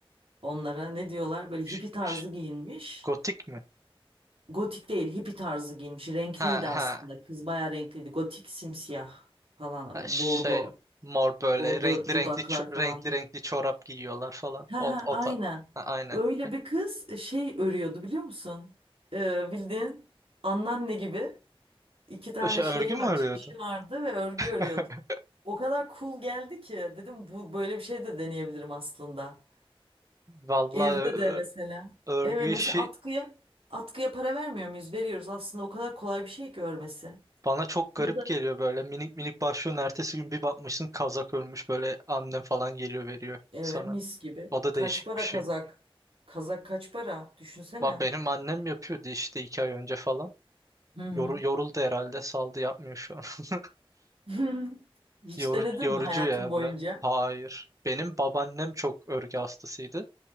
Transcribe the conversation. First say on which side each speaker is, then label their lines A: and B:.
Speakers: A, on the right; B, on the right.
A: Onlara ne diyorlar? Böyle hippie
B: Ş-
A: tarzı
B: ş-
A: giyinmiş.
B: Gotik mi?
A: Gotik değil hippie tarzı giyinmiş. Renkliydi
B: Ha
A: aslında.
B: ha
A: Kız baya renkliydi. Gotik simsiyah falan.
B: Ha, Şey
A: Bordo.
B: mor böyle
A: Bordo
B: renkli
A: dudaklar
B: renkli ço-
A: falan
B: renkli renkli çorap giyiyorlar falan.
A: Ha
B: O,
A: ha
B: o
A: aynen.
B: tar- Ha, aynen.
A: Öyle bir kız e, şey örüyordu biliyor musun? Ee, bildiğin anneanne gibi iki tane
B: Şey,
A: şeyi
B: örgü
A: var,
B: mü örüyordu?
A: çişi vardı ve örgü
B: <laughs>
A: örüyordu. O kadar cool geldi ki dedim bu böyle bir şey de deneyebilirim aslında.
B: Vallahi
A: Evde
B: ö-
A: de mesela.
B: ö- örgü
A: Evet
B: işi
A: mesela atkıya atkıya para vermiyor muyuz? Veriyoruz aslında o kadar kolay bir şey ki örmesi.
B: bana çok garip
A: Bu da-
B: geliyor böyle. Minik minik başlıyorsun ertesi gün bir bakmışsın kazak örmüş böyle annem falan geliyor veriyor
A: Evet
B: sana.
A: mis gibi.
B: O da
A: Kaç
B: değişik
A: para
B: bir şey.
A: kazak? Kazak kaç para? Düşünsene.
B: Ba- Benim annem yapıyordu işte iki ay önce falan.
A: Hı hı.
B: Yoru- yoruldu herhalde saldı yapmıyor şu an. <laughs>
A: <laughs> Hiç
B: Yorucu,
A: denedin
B: yorucu
A: mi hayatın
B: ya
A: boyunca?
B: biraz. Hayır. Benim babaannem çok örgü hastasıydı.